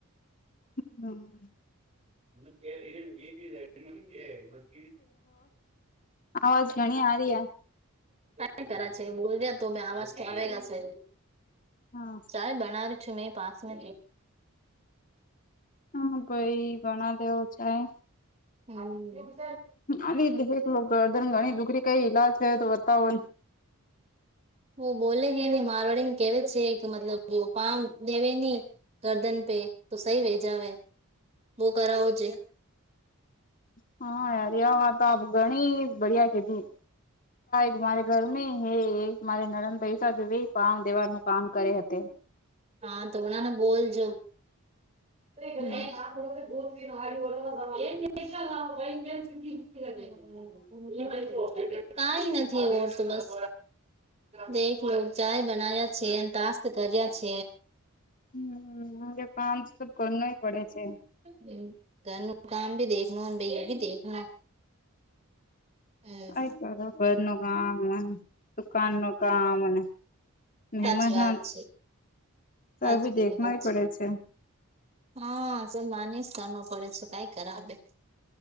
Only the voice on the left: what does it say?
હમ.
આવાજ ઘણી આરી હે.
હા
હ બના હવ ચાય
આ એક ગદન ઘણી દુકરી કઈ ઈલા છે તો બતાવો.
હા યાર એ વાતો આપ ઘણી બડિયા કધી ક મારે ઘર ન હે મારે નરદ પૈસા જો પામ દેવાડ નું કામ કરે હે તે.
હમ
હમ કામ તો કરના પડે છે.
આ કર ઘર નું કામને દુકાન નું કામને મહેમન
નો
ભી દેખવા
પડે છે.